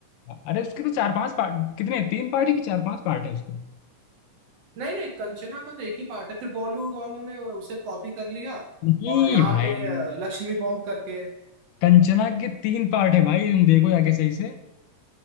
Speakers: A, on the left; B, on the right.
A: अरे उसके तो चार पांच पार्ट कितने तीन पार्ट है कि चार पांच पार्ट है उसके
B: नहीं नहीं कंचना का तो एक ही पार्ट है फिर बॉलीवुड वालों ने उसे कॉपी कर लिया
A: नहीं
B: और यहाँ
A: भाई
B: पे अ, लक्ष्मी बॉम्ब करके
A: कंचना के तीन पार्ट है भाई तुम देखो जाके सही से